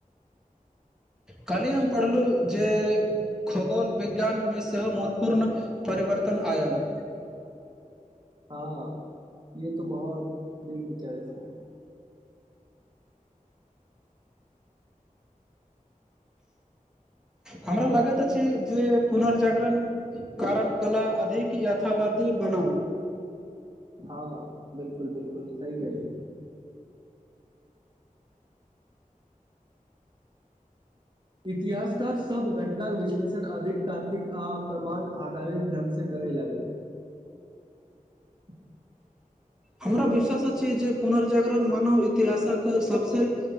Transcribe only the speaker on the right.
हँ ये तो बहुत बे विचारे छय <inaudible>
हँ बिलकुल बिलकुल सही कहलिये इतिहासकार सब घटनाक विश्लेषण अधिक ता र्कीक आ प्रमाण आधारित ढंग से करय लागल <inaudible>